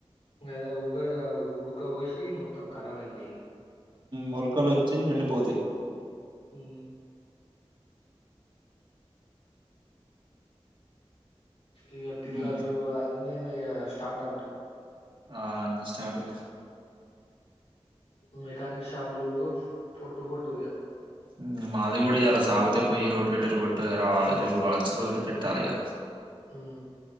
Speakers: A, on the left (about 70°); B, on the right (about 50°).
A: అదే ఉబ్బ ఉడ్క పొషి మొత్తం ఖరాబ్ అయిద్ది ఈగ
B: మొలకలు వచ్చి ఎండిపోతాయి
A: హూ ఈగ టీల్లర్లు
B: ఉమ్
A: అన్నే స్టార్ట్ అంటవ్
B: ఆ అన్నీ స్టార్ట్ డు
A: మెకానిక్ షాపులు పొట్టు పొట్టుగా
B: ఉమ్, మాది కూడా ఇయాలా సాగుతే పోయి రోడ్డు పెడ కొట్టు రావాలి రేపు వచ్చి దోలి పెట్టాలి ఇగ
A: హు